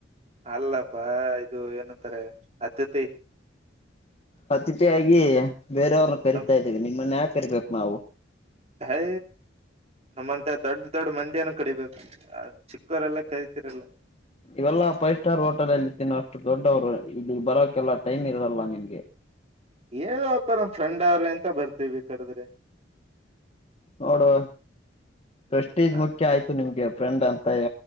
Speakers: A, on the right (about 35°); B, on the left (about 35°).
A: ಅಲ್ಲಪ್ಪಾ ಇದು ಏನಂತಾರೆ ಅತಿಥಿ
B: ಅತಿಥಿಯಾಗಿ ಬೇರೆಯವ್ರನ್ನ ಕರಿತಾ
A: ನಮ್-
B: ಇದ್ದೇವಿ ನಿಮ್ಮನ್ನ ಯಾಕ ಕರಿಬೇಕು ನಾವು
A: ಐ ನಮ್ಮಂತ ದೊಡ್ಡ ದೊಡ್ಡ ಮಂದಿಯನ ಕರಿ ಬೇಕು ಚಿಕ್ಕವರೆಲ್ಲ ಕರಿತಿರಲ್ಲ
B: ಇವೆಲ್ಲಾ ಫೈವ್ ಸ್ಟಾರ್ ಹೋಟೆಲ್ ಅಲ್ಲಿ ತಿನೋ ಅಷ್ಟು ದೊಡ್ಡವ್ರು ಇಲ್ಲಿ ಬರೋಕೆಲ್ಲಾ ಟೈಮ್ ಇಲ್ಲಾಳ ನಿಮ್ಗೆ
A: ಏನ ಅಪ್ಪ ನಮ್ಮ್ ಫ್ರೆಂಡ್ ಅವ್ರ ಎಂತ ಬರ್ತೇವಿ ಕರ್ದ್ರೆ
B: ನೋಡುುವ ಪ್ರೆಸ್ಟೀಜ್
A: ಹಾ
B: ಮುಖ್ಯ ಆಯ್ತು ನಿಮ್ಗೆ ಫ್ರೆಂಡ್ ಅಂತಯ